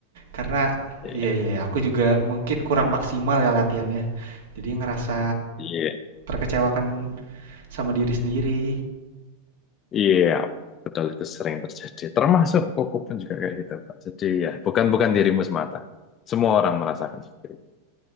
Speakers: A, on the right; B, on the left.
A: Karena
B: Iya.
A: iya iya aku juga mungkin kurang maksimal ya latihannya. Jadi ngerasa
B: Iya.
A: terkecewakan sama diri sendiri.
B: Iya, betul itu sering terjadi. Termasuk koko pun juga kayak gitu, Pak. Jadi ya, bukan bukan dirimu semata. Semua orang merasakan seperti itu.